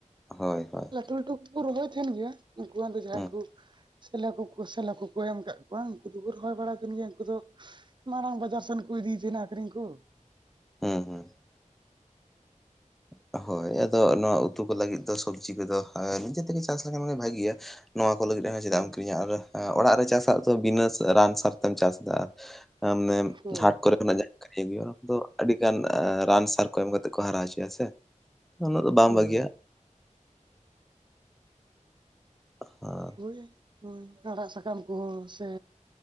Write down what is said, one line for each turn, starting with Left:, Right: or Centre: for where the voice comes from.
Centre: ᱦᱳᱭ ᱦᱳᱭ
Right: ᱞᱟᱹᱴᱩ - ᱞᱟᱹᱴᱩ ᱠᱚ ᱨᱚᱦᱚᱭ ᱛᱟᱦᱮᱦᱱ ᱜᱮᱭᱟ ᱾ᱩᱱᱠᱩᱣᱟᱜ ᱫᱚ ᱡᱟᱦᱟᱸᱭ
Centre: ᱦᱩᱸ
Right: ᱠᱚ ᱥᱮᱞᱚ ᱠᱚ ᱥᱮᱞᱚ ᱠᱚᱼᱠᱚ ᱮᱢ ᱠᱟᱜ ᱠᱚᱣᱟ᱾ ᱩᱱᱠᱩ ᱫᱚᱠᱚ ᱨᱚᱦᱚᱭ ᱵᱟᱲᱟ ᱠᱟᱱ ᱜᱮᱭᱟ᱾ ᱩᱱᱠᱩ ᱫᱚ ᱢᱟᱨᱟᱝ ᱵᱟᱡᱟᱨ ᱥᱮᱱ ᱠᱚ ᱤᱫᱤ ᱛᱟᱭᱱᱟ ᱟᱠᱷᱨᱤᱧ ᱠᱚ᱾
Centre: ᱦᱮᱸ ᱦᱮᱸ ᱦᱳᱭ ᱟᱫᱚ ᱱᱚᱣᱟ ᱩᱛᱩ ᱠᱚ ᱞᱟᱹᱜᱤᱫ ᱫᱚ, ᱥᱚᱵᱽᱡᱤ ᱠᱚᱼᱫᱚ ᱱᱤᱡᱮ ᱛᱮᱜᱮ ᱪᱟᱥ ᱞᱮᱠᱷᱟᱱ ᱵᱷᱟᱹᱜᱤᱭᱟ᱾ ᱱᱚᱣᱟ ᱠᱚ ᱞᱟᱹᱜᱤᱫ ᱦᱚᱸ ᱪᱮᱫᱟᱜ
Right: ᱦᱩᱸ
Centre: ᱮᱢ ᱠᱤᱨᱤᱧᱟ ᱾ ᱟᱨ ᱚᱲᱟᱜ ᱨᱮ ᱪᱟᱥᱟᱜ ᱫᱚ, ᱵᱤᱱᱟᱹ ᱨᱟᱱ ᱥᱟᱨ ᱛᱮᱢ ᱪᱟᱥᱫᱟ᱾ ᱢᱟᱱᱮ
Right: ᱦᱳᱭ
Centre: ᱦᱟᱴ ᱠᱚᱨᱮ ᱠᱷᱚᱱᱟᱜ ᱭᱟᱹ ᱚᱱᱟ ᱠᱚᱼᱫᱚ ᱟᱹᱰᱤ ᱜᱟᱱ ᱨᱟᱱ ᱥᱟᱨ ᱠᱚ ᱮᱢ ᱠᱟᱛᱮᱫ ᱠᱚ᱾ ᱦᱟᱨᱟ ᱦᱚᱪᱚᱭᱟ ᱥᱮ᱾ ᱩᱱᱟᱜ ᱫᱚ ᱵᱟᱝ
Right: ᱦᱳᱭ
Centre: ᱵᱷᱟᱹᱜᱤᱭᱟ᱾ ᱦ <unintelligible>
Right: ᱦᱳᱭ, ᱚᱶᱟ ᱦᱸ ᱟᱲᱟᱜ ᱥᱟᱠᱟᱢ ᱠᱚᱼᱦᱚᱸ ᱥᱮ